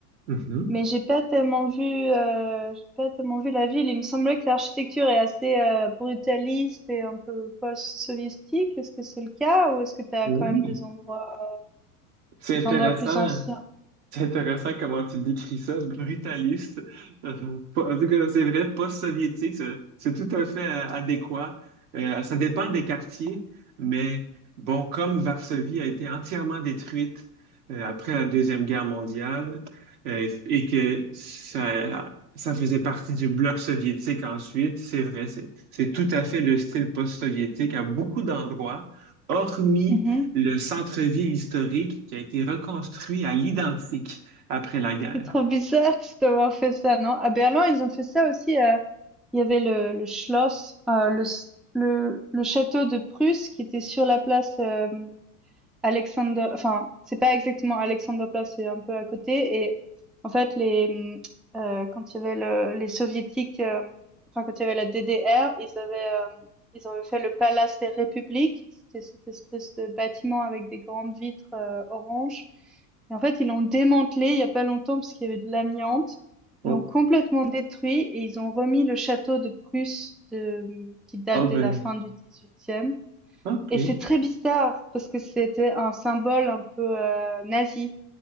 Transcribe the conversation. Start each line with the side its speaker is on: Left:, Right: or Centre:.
Right: Mhm.
Centre: Mais j'ai pas tellement vu, heu, j'ai pas tellement vu la ville. Il me semblait que l'architecture est assez, heu, brutaliste et un peu post-soviétique. Est-ce que c'est le cas ou est-ce que tu as
Right: Oui,
Centre: quand même des endroits
Right: c'est
Centre: des
Right: intéressant.
Centre: endroits plus anciens?
Right: C'est intéressant comment tu décris ça, brutaliste. Euh, pas- en tout cas, c'est vrai, post-soviétique, c'est c'est tout à fait euh, adéquat. Euh, ça dépend des quartiers, mais bon, comme Varsovie a été entièrement détruite euh, après la Deuxième Guerre mondiale euh, et que ça, ça faisait partie du bloc soviétique ensuite, c'est vrai, c'est c'est tout à fait le style post-soviétique à beaucoup d'endroits, hormis
Centre: Mmh
Right: le centre-ville historique qui a été reconstruit à l'identique après la guerre.
Centre: C'est trop bizarre <laughs> d'avoir fait ça, non? À Berlin, ils ont fait ça aussi, heu, il y avait le le Schloss, heu, le s le le château de Prusse qui était sur la place, hem Alexander, enfin, c'est pas exactement Alexanderplatz, c'est un peu à côté. Et en fait, les, euh, quand il y avait le- les soviétiques, euh, enfin, quand il y avait la DDR, ils avaient, euh, ils avaient fait le Palace des Républiques. C'était cette espèce de bâtiment avec des grandes vitres euh, orange. Et en fait, ils l'ont démantelé il y a pas longtemps parce qu'il y avait de l'amiante.
Right: Oh,
Centre: Ils l'ont complètement détruit et ils ont remis le château de Prusse de, qui date
Right: oh
Centre: de
Right: ben,
Centre: la fin du XVIIIe.
Right: OK.
Centre: Et c'est très bizarre parce que c'était un symbole un peu euh, nazi